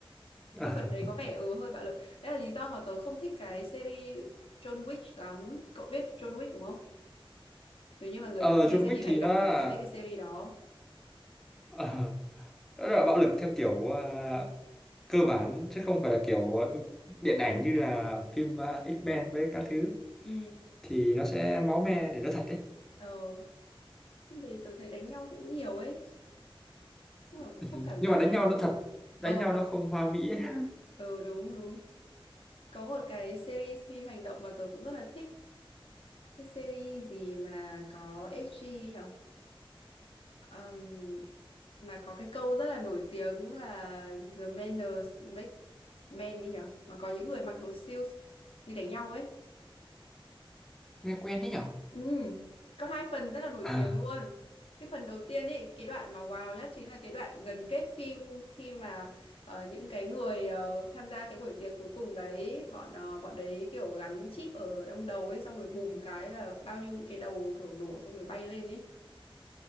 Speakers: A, in the centre; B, on the left.
A: <laughs>
B: Cái phần đấy có vẻ ừ hơi bạo lực. Đấy là lý do mà tớ không thích cái series John Wick lắm. Cậu biết John Wick đúng không? Nếu như mà người
A: Ờ,
B: nào
A: John
B: hay xem
A: Wick
B: phim
A: thì
B: hành động
A: nó là
B: thì sẽ biết cái series đó.
A: ờ, nó là bạo lực theo kiểu à, cơ bản chứ không phải là kiểu điện ảnh như là phim à, X-Men với các thứ
B: Ừ.
A: thì nó sẽ máu me để nó thật đấy.
B: Ờ Trước đây tôi thấy đánh nhau cũng nhiều ấy. Chung là
A: <laughs>
B: cũng
A: Ừ,
B: không cảm
A: Nhưng
B: giác
A: mà đánh
B: được.
A: nhau nó thật, đánh
B: Ờ,
A: nhau nó không hoa mỹ ấy. <laughs>
B: ờ đúng đúng. Có một cái series phim hành động mà tôi cũng rất là thích. Cái series gì mà có XG nhở Ừm, mà có cái câu rất là nổi tiếng là The manners make men đi nhở mà có những người mặc đồ siêu đi đánh nhau ấy
A: Nghe quen đấy nhở?
B: Ừ, có hai phần rất là nổi
A: À,
B: tiếng luôn. Cái phần đầu tiên ấy, cái đoạn mà wow nhất chính là cái đoạn gần kết phim khi mà ờ, những cái người ờ, tham gia cái buổi tiệc cuối cùng đấy, bọn ờ, bọn đấy kiểu gắn chip ở trong đầu ấy, xong rồi bùm cái là bao nhiêu những cái đầu kiểu nổ xong rồi bay lên ấy.